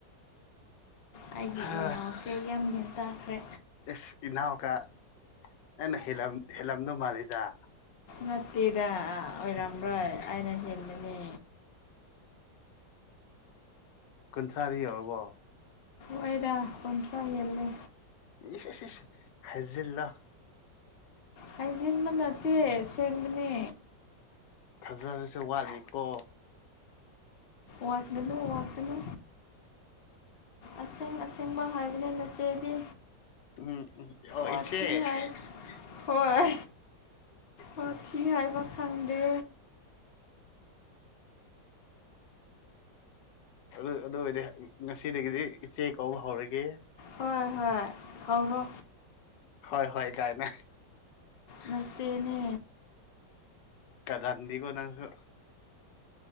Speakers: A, on the left; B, on the left.
A: ꯑꯩꯒꯤ
B: ꯍꯥ
A: ꯏꯅꯥꯎꯁꯦ ꯌꯥꯝ ꯒ꯭ꯌꯟ ꯇꯥꯈ꯭ꯔꯦ
B: ꯏꯁ ꯏꯅꯥꯎꯀ ꯑꯩꯅ ꯍꯦꯂꯝ ꯍꯦꯜꯂꯝꯗꯧ ꯃꯥꯜꯂꯤꯗ
A: ꯅꯠꯇꯦꯗ ꯑꯣꯏꯔꯝꯔꯣꯏ ꯑꯩꯅ ꯍꯦꯟꯒꯅꯤ
B: ꯀꯨꯟꯊ꯭ꯔꯥꯗꯤ ꯌꯧꯔꯕꯣ
A: ꯍꯣꯏꯗ ꯀꯨꯟꯊ꯭ꯔꯥ ꯍꯦꯜꯂꯦ
B: <unintelligible> ꯍꯥꯏꯖꯜꯂꯣ
A: ꯍꯥꯏꯖꯤꯟꯕ ꯅꯠꯇꯦ ꯁꯦꯡꯕꯅꯦ
B: ꯊꯥꯖꯕꯁꯨ ꯋꯥꯠꯂꯤꯀꯣ
A: ꯋꯥꯠꯀꯅꯨ ꯋꯥꯠꯀꯅꯨ ꯑꯁꯦꯡ ꯑꯁꯦꯡꯕ ꯍꯥꯏꯕꯅꯦ ꯅꯆꯦꯗꯤ
B: ꯎꯝ ꯎꯝ ꯑꯣ
A: ꯋꯥꯊꯤ
B: ꯏꯆꯦ
A: ꯍꯥꯏ ꯍꯣꯏ ꯋꯥꯊꯤ ꯍꯥꯏꯕ ꯈꯪꯗꯦ
B: ꯑꯗꯨ ꯑꯗꯨ ꯑꯣꯏꯔꯗꯤ ꯉꯁꯤꯗꯒꯤꯗꯤ ꯏꯆꯦ ꯀꯧꯕ ꯍꯧꯔꯒꯦ
A: ꯍꯣꯏ ꯍꯣꯏ ꯍꯧꯔꯣ
B: ꯍꯣꯏ ꯍꯣꯏ ꯀꯥꯏꯅ
A: ꯅꯆꯦꯅꯦ
B: ꯀꯥꯔꯟꯗꯤꯀꯣ ꯅꯪꯁꯨ